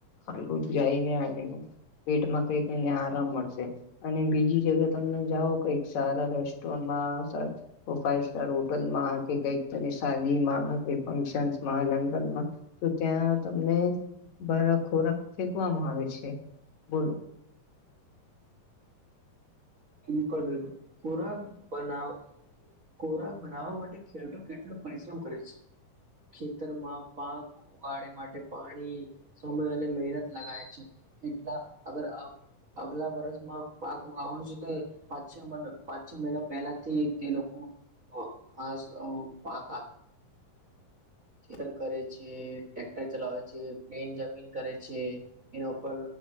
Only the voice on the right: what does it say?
બિલકુલ બિલકુલ ખોરાક બનાવી ખોરાક બનાવવા માટે ખેડૂતો કેટલો પરિશ્રમ કરે છે. ખેતરમાં પાક ઉગાડે માટે પાણી સમય અને મહેનત લાગે છે. કેટલાંક અગર અગલા વર્ષમાં પાક વાવાનું છે. પાંચ છ મહિના પાંચ છ મહિના પહેલાથી તે લોકો ખાસ <unintelligible> ર કરે છે. ટ્રેક્ટર ચલાવે છે. પ્લેન જમીન કરે છે. એના ઉપર